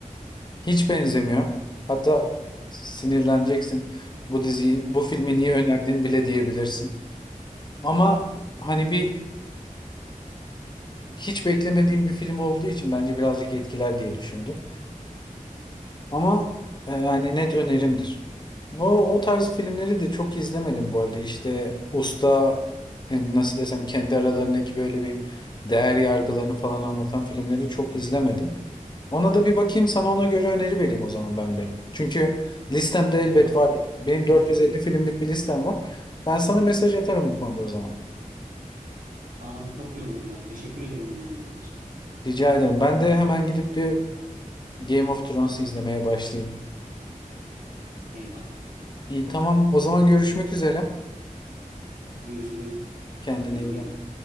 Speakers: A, on the left; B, on the right.
A: hiç benzemiyor. Hatta sinirleneceksin. Bu diziyi, bu filmi niye önerdin bile diyebilirsin. Ama hani bir hiç beklemediğim bir film olduğu için bence birazcık etkiler diye düşündüm. Ama
B: Hmm.
A: e, yani net önerimdir. O, o tarz filmleri de çok izlemedim bu arada. İşte usta yani nasıl desem kendi aralarındaki böyle bir değer yargılarını falan anlatan filmleri çok izlemedim. Ona da bir bakayım sana ona göre öneri vereyim o zaman ben bir. Çünkü listemde elbet
B: Abi
A: vardı. Benim
B: on numara
A: 450
B: olur.
A: filmlik bir listem var. Ben sana mesaj atarım bu konuda o zaman.
B: Abi çok iyi olur ya. Teşekkür ederim önerilerin için.
A: Rica ederim. Ben de hemen gidip bir Game of Thrones'u izlemeye başlayayım.
B: Eyvallah.
A: İyi tamam o zaman görüşmek üzere.
B: Görüşürüz.
A: Kendine
B: Kendine
A: iyi bak.
B: iyi bak.